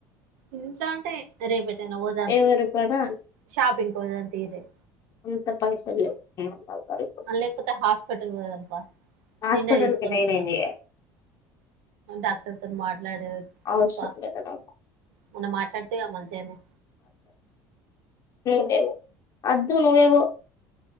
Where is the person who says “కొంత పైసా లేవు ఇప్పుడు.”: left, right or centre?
Left